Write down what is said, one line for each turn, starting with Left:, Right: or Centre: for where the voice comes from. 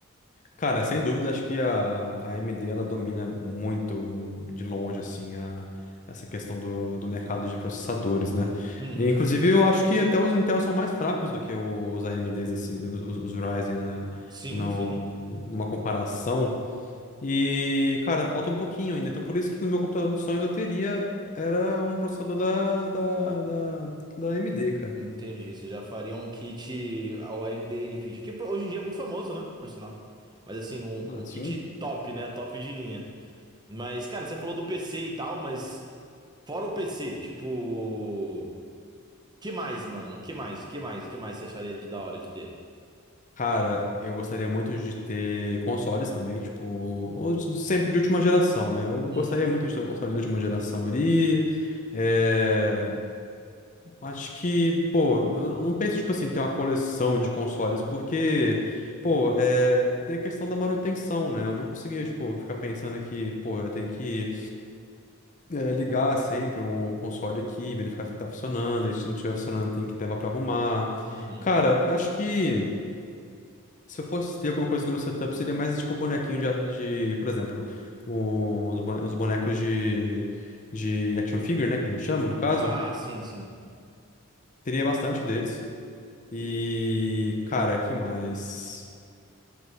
Left: Cara, sem dúvida, acho que a a AMD ela domina muito mu- de longe assim a- essa questão do, do mercado de processadores, né?
Right: Uhum.
Left: E, inclusive, eu acho que até os Intel são mais fracos do que os AMDs assim, os, os Ryzen né,
Right: Sim,
Left: no-
Right: sim.
Left: numa comparação. E, cara, falta um pouquinho ainda. Então, por isso que no meu computador dos sonhos eu teria era um processador da da, da, da AMD, cara.
Right: Entendi. Você já faria um kit ao AMD NVIDIA, que pô, hoje em dia é muito famoso, né? Por sinal. Mas assim, um,
Left: Ah,
Right: um
Left: sim.
Right: kit top, né? Top de linha. Mas, cara, você falou do PC e tal, mas fora o PC, tipo, que mais, mano? Que mais? Que mais? Que mais você acharia de da hora de ter?
Left: Cara, eu gostaria muito de ter consoles também, tipo, ou de- sempre de última geração, né? Eu gostaria
Right: Uhum,
Left: muito de ter um console de última geração ali. É, Acho que, pô, eu não penso, tipo assim, ter uma coleção de consoles, porque, pô, é... tem a questão da manutenção, né? Eu não conseguia, tipo, ficar pensando que, pô, eu tenho que é, ligar sempre um console aqui, verificar se ele tá funcionando, e se não estiver funcionando, tem que levar pra arrumar.
Right: uhum.
Left: Cara, acho que. Se eu fosse ter alguma coisa no meu setup, seria mais tipo bonequinho de, a- de, por exemplo, o- os bone- os bonecos de, de action figure, né, que a gente chama, no caso.
Right: Ah, sim, sim.
Left: Teria bastante deles. E, cara, que mais?